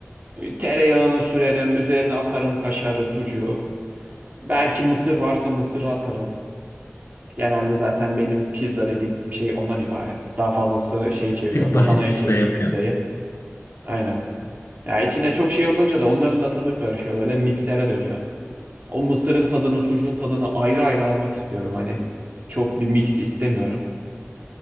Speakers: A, on the right; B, on the left.
A: e, Tereyağını sürerim. Üzerine atarım kaşarı, sucuğu. Belki mısır varsa mısırı atarım. Genelde zaten benim pizza dediğim şey ondan ibaret. Daha fazlası şeyi
B: Bir
A: çeviriyor.
B: tık
A: Lahanayı
B: basit pizza
A: çeviriyor
B: yapıyorsun.
A: pizzayı. Aynen. Ya içine çok şey olunca da onların da tadı karışıyor. Böyle miksere dönüyor. O mısırın tadını, sucuğun tadını ayrı ayrı almak istiyorum hani. Çok bir mix istemiyorum.